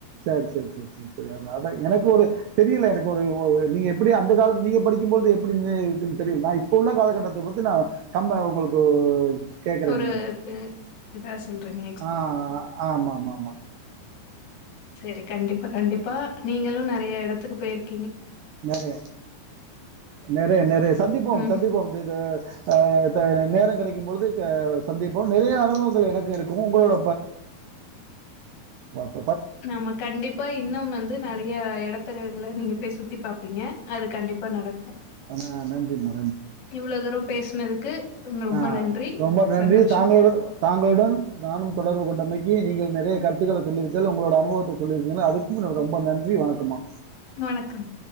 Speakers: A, on the right; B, on the left.
A: சரி சரி சரி சரி சரி அதா அதா எனக்கு ஒரு தெரியல எனக்கு ஒரு <unintelligible> நீங்க எப்பிடி அந்த காலத்து பி ஏ படிக்கும்போழ்து எப்டி <unintelligible> இருக்குன் தெரில நா இப்ப உள்ள காலகட்டத்துக் வந்து நா கம்பே உங்களுக்கு கேட்கறேன்
B: ஒரு இது இதா சொல்றிங்க
A: ஆஹ் ஆ ஆமா ஆமா ஆமா
B: செரி கண்டிப்பா கண்டிப்பா நீங்களு நெறைய எடத்துக்கு போயிருக்
A: நெறைய நெறைய நெறைய சந்திப்போம்
B: ம்
A: சந்திப்போம் இது ஆ த நேரங் கெடைக்கு க் பொழுது ஹா ஹாவ் சந்திப்போ நெறைய அனுபவங்கள் எனக்கூ இருக்கோ உங்களோட. <unintelligible>
B: நாம கண்டிப்பா இன்னம் வந்து. நறைய எடத்தகங்கள நீங்க பேய் சுத்திப்பாப்பீங்க. அது கண்டிப்பா நடக்கத
A: ஆஹ், நன்றிம்மா
B: இவ்ளோ தூரோ பேசுனதுக்கு. ரொம்ப
A: ஆ
B: நன்றி.
A: ரொம்ப நன்றி
B: சந்தோஷம்.
A: தாங்களுடன் தாங்களுடன் நானும் தொடர்பு கொண்டமைக்கி நீங்கள். நெறைய கருத்துக்கல சொல்லிருக்கைல உங்களோட அனுபவத்த சொல்லிருக்கீங்கல அதுக்கும் ரொம்ப நன்றி வணக்கம்மா.
B: வணக்கம்.